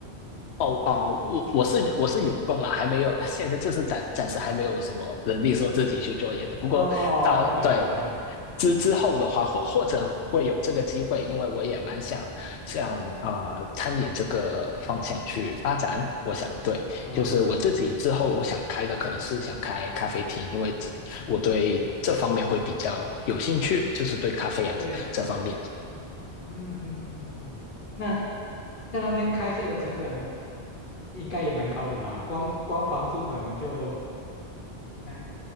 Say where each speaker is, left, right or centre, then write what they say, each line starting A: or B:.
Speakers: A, on the left; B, on the left.
A: 哦哦，我我是我是员工啦，还没有，现在就是暂暂时还没有什么能力说自己去做椰子。不过到对
B: 哦，明白明白，
A: 之之后的话，或或者会有这个机会，因为我也蛮想向呃餐饮这个方向去发展。我想对，
B: 嗯啊，
A: 就是我自己之后我想开的可能是想开咖啡厅，因为我对这方面会比较有兴趣，就是对咖啡啊这这方面。
B: 对，嗯嗯嗯嗯嗯，那在那边开设的成本应该也蛮高的吧？光光房租可能就，哎，